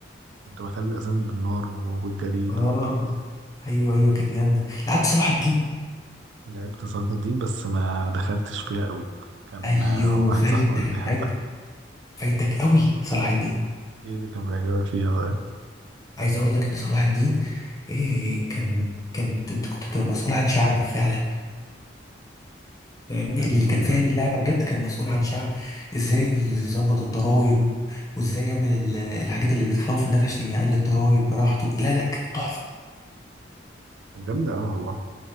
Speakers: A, on the right (about 75°); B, on the left (about 20°).
A: كنت بخلي الاسامي بالنار وبالجليد
B: اه أيوه أيوه كانت جامدة لعبت صلاح الدين
A: ولعبت صلاح الدين بس ما دخلتش فيها قوي كان
B: أيوه
A: آه، واحد
B: فايتك
A: صاحبي وانا بيحبها
B: فايتك فايتك أوي صلاح الدين
A: ايه اللي كان بيعجبك فيها بقى؟
B: عايز أقول لك إن صلاح الدين إيه كان كانت أنت كنت بتبقى مسؤول عن شعب فعلا فاهمني
A: تعملوا
B: اللي كان
A: ايه
B: فاهم
A: بقى؟
B: اللعبة بجد كان مسؤول عن شعب إزاي يظبط الضرايب وإزاي يعمل ال- الحاجات اللي بتخوف الناس عشان يعلي الضرايب براحته لا لا كانت تحفة
A: وجامدة أوي والله